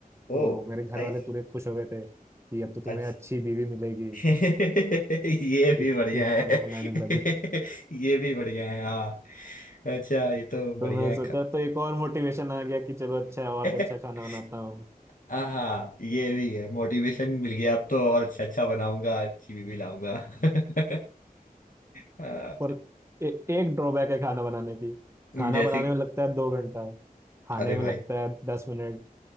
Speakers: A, on the right; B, on the left.
A: तो
B: ओ
A: मेरे घर
B: नाइस
A: वाले पूरे खुश हो गए थे कि अब तो तुम्हें
B: अच्छा
A: अच्छी बीवी मिलेगी
B: <laughs> ये
A: कि
B: भी
A: तुम
B: बढ़िया
A: खाना
B: है
A: बनाने लगे
B: <laughs> ये भी बढ़िया है हाँ अच्छा ये तो बढ़िया
A: तो मैं
B: है
A: सोचा
B: ख-
A: तो एक और मोटिवेशन आ गया कि चलो अच्छा है, और अच्छा
B: <laughs>
A: खाना बनाता हूँ
B: हाँ ये भी है मोटिवेशन मिल गया अब तो और अच्छा अच्छा बनाऊंगा अच्छी भी, भी लाऊंगा <laughs> अ,
A: पर ए, एक ड्रॉबैक है खाना बनाने की खाना
B: जैसे
A: बनाने में लगता है दो घंटा खाने
B: अरे भाई
A: में लगता है दस मिनट